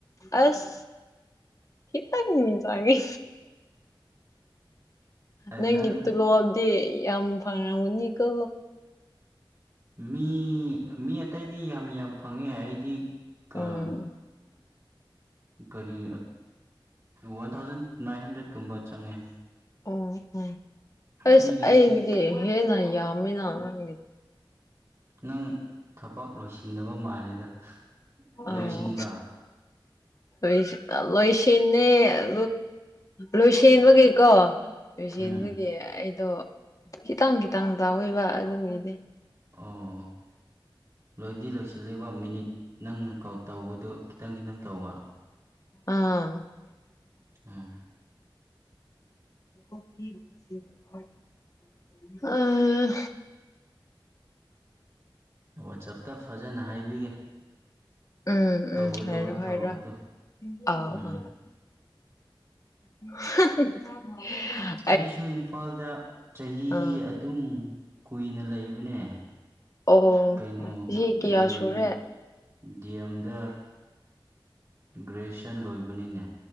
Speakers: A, on the left; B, on the right.
A: ꯑꯁ ꯈꯤꯇꯪ ꯆꯪꯉꯦ
B: ꯅꯪ
A: ꯅꯪꯒꯤ ꯇꯨꯂꯣꯕꯗꯤ ꯌꯥꯝ ꯐꯪꯉꯝꯒꯅꯤꯀꯣ
B: ꯃꯤ ꯃꯤ ꯑꯇꯩꯗꯤ ꯌꯥꯝ ꯌꯥꯝ ꯐꯪꯉꯦ ꯑꯩꯗꯤ ꯀꯥ
A: ꯎꯝ
B: ꯀꯔꯤ ꯋꯥꯟ ꯊꯥꯎꯖꯟ ꯅꯥꯏꯟ ꯍꯟꯗ꯭ꯔꯦꯠꯀꯨꯝꯕ ꯆꯪꯉꯦ
A: ꯎꯝ ꯎꯝ ꯏꯁ
B: ꯃꯤꯒꯤꯗꯤ
A: ꯑꯩꯗꯒꯤ ꯍꯦꯟꯅ ꯌꯥꯝꯃꯤꯅ ꯅꯪꯒꯤ
B: ꯅꯪ ꯊꯕꯛ ꯂꯣꯏꯁꯤꯟꯗꯕ ꯃꯥꯜꯂꯦꯗ ꯂꯣꯏꯁꯤꯟꯕ꯭ꯔꯥ
A: ꯑꯣ ꯂꯣꯏꯁꯤ ꯂꯣꯏꯁꯤꯅꯦ ꯑꯣ ꯂꯣꯏꯁꯟꯕꯒꯤꯀꯣ ꯂꯣꯏꯁꯦꯟꯕꯒꯤ
B: ꯎꯝ
A: ꯗꯤ ꯑꯩꯗꯣ ꯈꯤꯇꯪ ꯈꯤꯇꯪ ꯇꯧꯋꯦꯕ ꯑꯗꯨꯒꯤꯗꯤ
B: ꯑꯣ ꯂꯣꯏꯗꯤ ꯂꯣꯏꯁꯤꯜꯂꯤꯕ ꯃꯤꯅꯤꯠ ꯅꯪ ꯀꯣꯜ ꯇꯧꯕꯗꯨ ꯈꯤꯇꯪ ꯈꯤꯇꯪ ꯇꯧꯕ
A: ꯑꯥ <inaudible>
B: ꯎꯝ
A: <unintelligible> ꯑꯥ
B: ꯋꯥꯠꯆꯞꯇ ꯐꯖꯅ ꯍꯥꯏꯕꯤꯒꯦ
A: ꯎꯝ
B: ꯇꯧꯒꯗꯧꯕ
A: ꯎꯝ ꯍꯥꯏꯔꯣ
B: ꯊꯕꯛꯇꯣ
A: ꯍꯥꯏꯔꯣ ꯑꯧ
B: ꯎꯝ
A: ꯑꯧ <unintelligible>
B: ꯑꯩꯁꯨ ꯏꯝꯐꯥꯜꯗ ꯆꯍꯤ
A: ꯑ
B: ꯑꯗꯨꯝ ꯀꯨꯏꯅ ꯂꯩꯕꯅꯦ
A: ꯑꯣ
B: ꯀꯩꯅꯣ
A: ꯆꯍꯤ ꯀꯌꯥ
B: ꯗꯤ
A: ꯁꯨꯔꯦ
B: ꯑꯦꯝ ꯗꯤ ꯑꯦꯝꯗꯥ ꯒ꯭ꯔꯦꯖꯨꯌꯦꯁꯟ ꯂꯣꯏꯕꯅꯤꯅꯦ